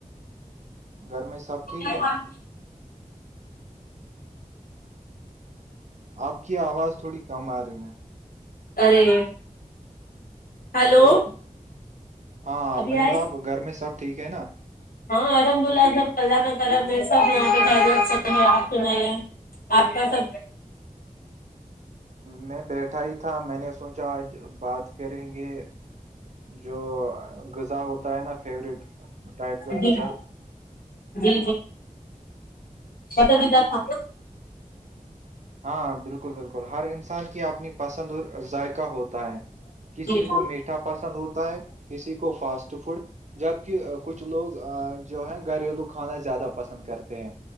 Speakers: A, on the right; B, on the left.
A: گھر میں سب ٹھیک
B: ا
A: ہے
B: آ <unintelligible>
A: آپ کی آواز تھوڑی کم آ رہی ہیں
B: ارے ہلو
A: ہاں تھوڑا ہاں
B: ابھی
A: میں نے
B: آئی
A: بولا اب گھر میں سب ٹھیک ہے نا
B: ہاں الحمد اللہ سب اللہ کا طرف ہے سب یہاں پہ ب آپ سن آپ کا سب
A: میں بیٹھا ہی تھا میں نے سوچا آج بات کریں گے جو غذا ہوتا ہے نا فیوریٹ ٹائپ کا
B: جی
A: غذا
B: جی جی جیتدہ تھا
A: ہاں بالکل بالکل ہر انسان کی اپنی پسند اور ذائق ہوتا ہے کسی
B: جی ہوں
A: کو میٹ مٹھا پسند ہوتا ہے کسی کو فاسٹ فوڈ جبک کچھ لوگ جو ہے گھریلو کھانا زیادہ پسند کرتے ہیں